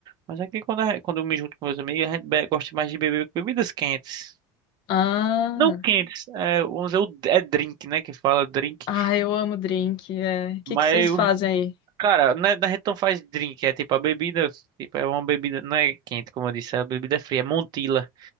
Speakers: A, on the right; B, on the left.
A: Mas aqui quando, a- quando eu me junto com meus amigos, a gente be- gosta mais de beber bebidas quentes.
B: Ah,
A: Não quentes, é, vamos dizer, o- é drink, né? Que fala drink.
B: ah, eu amo drink. É. O que
A: Mas,
B: que vocês
A: eu-
B: fazem aí?
A: cara, na, na gente não faz drink, é tipo a bebida, tipo, é uma bebida, não é quente, como eu disse, a bebida é fria, é Montila.